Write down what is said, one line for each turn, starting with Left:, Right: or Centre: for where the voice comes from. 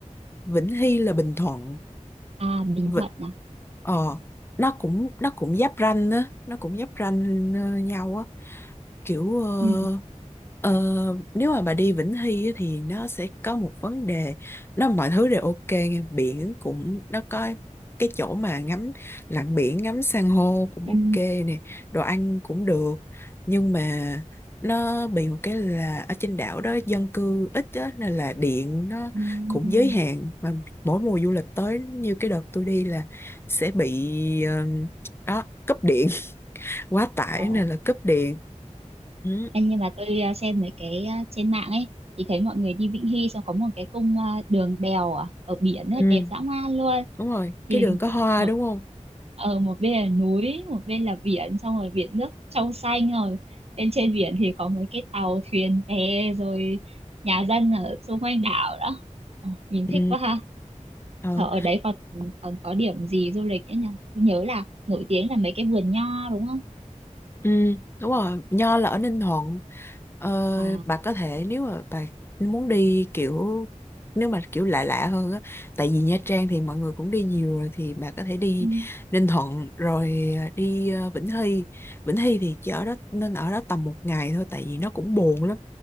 Left: Vĩnh Hy là Bình Thuận.
Right: à Bình
Left: Vịnh
Right: Thuận à
Left: ờ nó cũng nó cũng giáp ranh á, nó cũng giáp ranh ờ, nhau á kiểu ờ,
Right: ừ
Left: ờ, nếu mà bà đi Vĩnh Hy á, thì nó sẽ có một vấn đề nó mọi thứ đều ok nghe. biển cũng nó có cái chỗ mà ngắm lặn biển ngắm san hô cũng
Right: ừ
Left: ok nè đồ ăn cũng được nhưng mà nó bị một cái là ở trên đảo đó dân cư ít á, nên là điện nó
Right: ừ
Left: cũng giới hạn mà mỗi mùa du lịch tới như cái đợt tôi đi là sẽ bị ờ, đó cúp điện <laughs> quá tải
Right: ồ
Left: nên là cúp điện Ừ.
Right: Em nhưng mà tôi à, xem mấy cái à, trên mạng ấy thì thấy mọi người đi Vĩnh Hy xong có một cái cung à, đường đèo à, ở biển ấy,
Left: Ừ,
Right: đẹp dã man luôn
Left: đúng rồi, cái
Right: thì
Left: đường có
Right: ờ,
Left: hoa
Right: một
Left: đúng không?
Right: ở một bên là núi một bên là biển xong rồi biển nước trong xanh rồi bên trên biển thì có mấy cái tàu thuyền bè rồi nhà dân ở xung quanh đảo đó Ồ, nhìn
Left: Ừ,
Right: thích quá ha
Left: ờ.
Right: Thở ở đấy còn còn có điểm gì du lịch nữa nhỉ tôi nhớ là nổi tiếng là mấy cái vườn nho đúng không
Left: Ừ, đúng rồi, Nho là ở Ninh Thuận. Ờ,
Right: à,
Left: bà có thể nếu mà bà muốn đi kiểu nếu mà kiểu lạ lạ hơn á, tại vì Nha Trang thì mọi người cũng đi nhiều rồi thì bà có thể đi
Right: ừ,
Left: Ninh Thuận rồi à, đi ờ, Vĩnh Hy. Vĩnh Hy thì chỉ ở đó nên ở đó tầm một ngày thôi tại vì nó cũng buồn lắm.